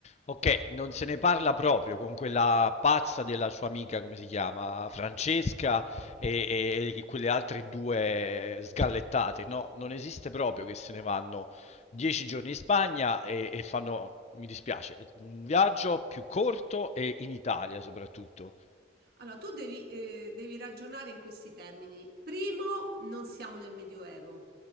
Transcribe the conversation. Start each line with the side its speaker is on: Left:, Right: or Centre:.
Left: Ok, non se ne parla proprio con quella pazza della sua amica, come si chiama, Francesca e, e- e quelle altre due sgallettate. No, non esiste proprio che se ne vanno dieci giorni in Spagna e, e fanno, mi dispiace, un viaggio più corto e in Italia soprattutto.
Right: Allora, tu devi, eh, devi ragionare in questi termini. Primo, non siamo nel Medioevo.